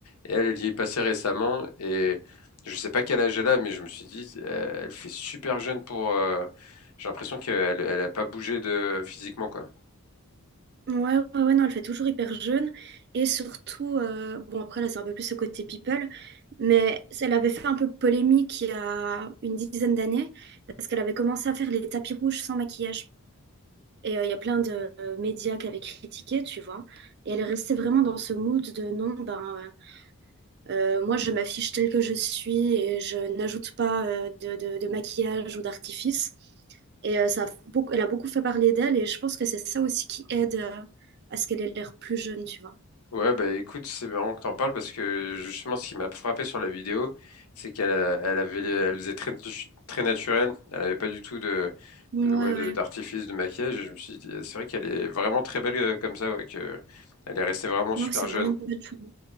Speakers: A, on the left; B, on the right.
A: Et elle, elle y est passée récemment. Et je sais pas quel âge elle a, mais je me suis dit, euh, elle fait super jeune pour. euh, j'ai l'impression qu'elle, elle a pas bougé de physiquement quoi.
B: Ouais, ouais, ouais, non, elle fait toujours hyper jeune. Et surtout, euh, bon, après, là, c'est un peu plus ce côté people, mais elle avait fait un peu polémique il y a une dizaine d'années, parce qu'elle avait commencé à faire les tapis rouges sans maquillage. Et euh, il y a plein de euh, médias qui avaient critiqué, tu vois. Et elle restait vraiment dans ce mood de non, ben, euh, Euh, moi, je m'affiche telle que je suis et je n'ajoute pas euh, de, de- de maquillage ou d'artifice. Et euh, ça a beaucoup, elle a beaucoup fait parler d'elle et je pense que c'est ça aussi qui aide euh, à ce qu'elle ait l'air plus jeune, tu vois.
A: Ouais, bah écoute, c'est marrant que t'en parles parce que justement, ce qui m'a frappé sur la vidéo, c'est qu'elle a- elle avait, les- elle faisait très, natu- très naturel. Elle avait pas du tout de,
B: Ouais,
A: de- ouais, de-
B: ouais.
A: d'artifice de maquillage. Et Je me suis dit, c'est vrai qu'elle est vraiment très belle euh, comme ça, ouais, que elle est restée vraiment super
B: Ouais, c'est
A: jeune.
B: vraiment une bonne chose.